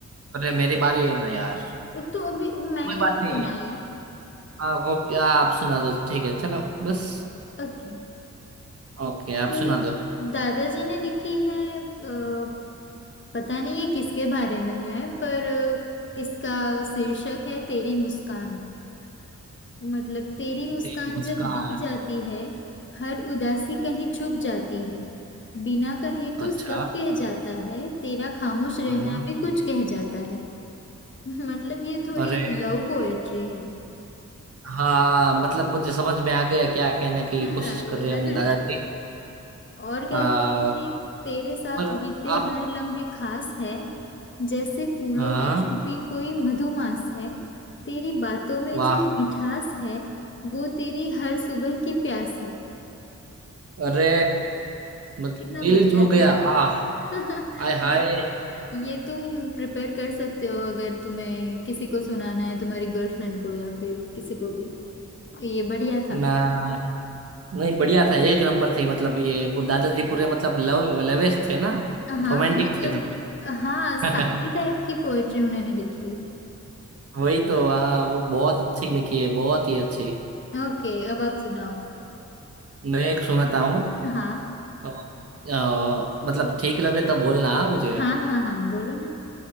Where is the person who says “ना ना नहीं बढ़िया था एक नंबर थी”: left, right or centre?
Right